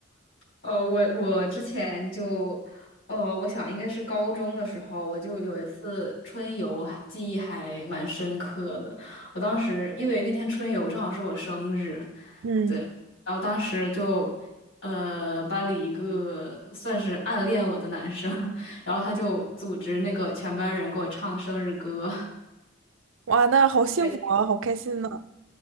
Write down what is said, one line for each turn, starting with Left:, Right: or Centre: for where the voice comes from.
Left: 哦，我我之前就，呃，我想应该是高中的时候，我就有一次春游，<laughs> 记忆还蛮深刻的。我当时因为那天春游正好是我生日，
Right: 嗯。
Left: 对，然后当时就，呃，班里一个算是暗恋我的男生，<laughs> 然后他就组织那个全班人给我唱生日歌。
Right: 哇，那好幸福啊，
Left: <laughs>
Right: 好开心呢、